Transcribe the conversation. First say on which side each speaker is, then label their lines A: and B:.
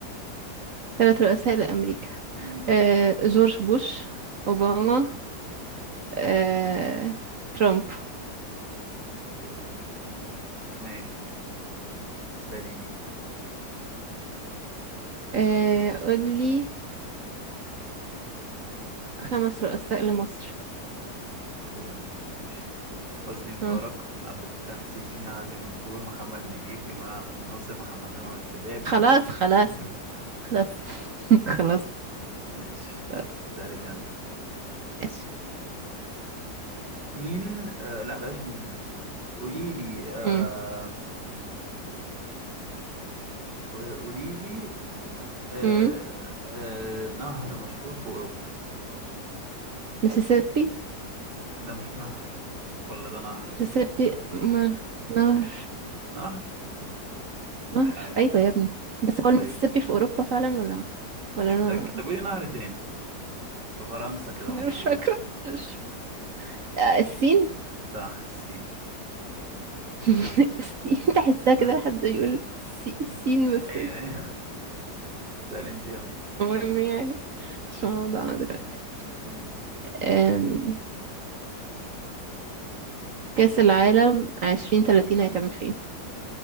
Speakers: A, on the right; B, on the right.
A: ثلاث رؤساء لأمريكا
B: مم،
A: آه، جورج بوش أوباما آه، ترامب
B: ده بوش أوباما. ماشي ساليني
A: آه، قولي خمس رؤساء لمصر
B: تقليد ماشي حسني مبارك
A: آه.
B: عبد الفتاح السيسي عدلي منصور محمد نجيب جمال عبد الناصر محمد أنور السادات محمد
A: خلاص خلاص
B: <laughs>
A: خلاص <laughs> خلاص
B: ماشي
A: خلاص
B: أسألك أنا
A: ايش
B: مين آه لا بلاش مين دي قولي لي آه،
A: مم.
B: وقولي لي آه
A: مم.
B: آه نهر مشهور في أوروبا
A: مسيسيبي
B: ده مش نهر ولا ده نهر
A: مسيسيبي مر... نهر
B: نهر
A: نهر
B: مش عارف
A: أيوة يا ابني بس هو المسيسيبي
B: طيب
A: في أوروبا فعلا ولا ولا
B: مش
A: أنا
B: متأكد
A: <laughs>
B: طب قولي نهر تاني في فرنسا كده
A: ما
B: مشهور
A: أنا مش فاكرة مش... آه، الصين
B: صح السين
A: <laughs> السين تحسها
B: آه،
A: كده حد يقول السي- السين بس
B: أيوه أيوه سأل أنت يلا
A: المهم يعني مش موضوعنا دلوقتي
B: مم،
A: أم، كأس العالم عشرين تلاتين هيتعمل فين؟